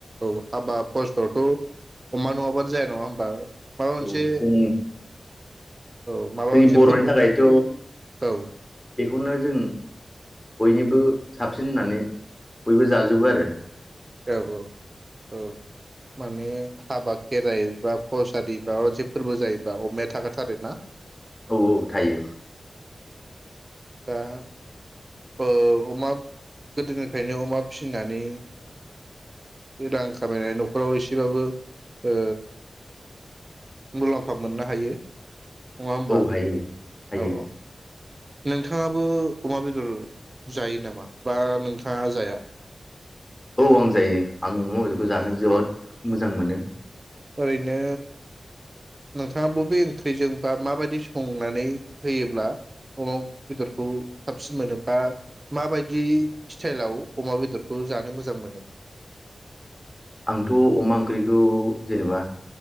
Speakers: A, on the right; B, on the left.
A: औ हाबा बसावथ अमा नङाबानो जाया नङा होमबा माबा मोनसे
B: औ जों
A: औ माबा
B: जोंनि
A: मोनसे
B: बर'नि
A: फोरबो
B: थाखायथ'
A: औ
B: बेखौनो जों बयनिबो साबसिन होननानै बयबो जाजोबो आरो
A: औ औ औ माने हाबा खेराइ बा बस आरि माबा मोनसे फोरबो जायोबा अमाया थाखागाथारो ना
B: औ औ थायो
A: दा ओ अमा गोदोनिफ्रायनो अमा फिनानै रां खामायनानै नखराव एसेबाबो ओ मुलाम्फा मोननो हायो। नङा होमबा
B: औ हायो हायो
A: औ औ। नोंथाङाबो अमा बेदर जायो नामा बा नोंथाङा जाया
B: औ आं जायो आं अमा बेदरखौ जानो जोबोद मोजां मोनो।
A: ओरैनो नोंथाङा बबे ओंख्रिजों बा माबायदि संनानै होयोब्ला अमा बेदरखौ साबसिन मोनो बा माबायदि स्टाइलाव अमा बेदरखौ जानो मोजां मोनो।
B: आंथ अमा ओंख्रिखौ जेनेबा